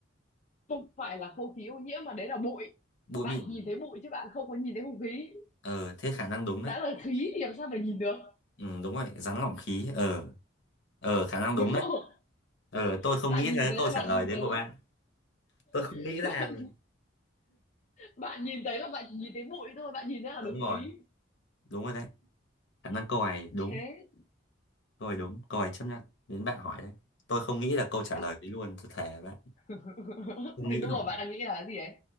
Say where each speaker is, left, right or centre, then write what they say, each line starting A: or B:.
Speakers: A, on the left; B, on the left.
A: không phải là không khí ô nhiễm mà đấy là bụi
B: Bụi
A: bạn
B: mịn.
A: nhìn thấy bụi chứ bạn không có nhìn thấy không khí
B: Ờ, thế khả năng đúng
A: đã
B: đấy.
A: là khí thì làm sao mà nhìn được
B: Ừ, đúng rồi, rắn lỏng khí. Ờ, ờ khả năng
A: đúng
B: đúng
A: không
B: đấy. Ờ, tôi không
A: bạn
B: nghĩ ra
A: nhìn
B: cái
A: thấy
B: câu
A: là
B: trả
A: bạn
B: lời
A: nhìn
B: đấy
A: thấy
B: của bạn. Tôi không nghĩ
A: <laughs>
B: ra.
A: bạn
B: rồi.
A: bạn nhìn thấy là bạn chỉ nhìn thấy bụi thôi bạn nhìn thấy là
B: Đúng
A: được
B: rồi,
A: khí
B: đúng rồi đấy. Khả năng câu này đúng,
A: chết
B: câu này đúng, câu này chấp nhận. Đến bạn hỏi đấy. Tôi không nghĩ là câu trả
A: thế à?
B: lời đấy luôn, tôi thề bạn.
A: <laughs>
B: Không nghĩ
A: thì đúng
B: nổi.
A: rồi bạn đang nghĩ là cái gì ấy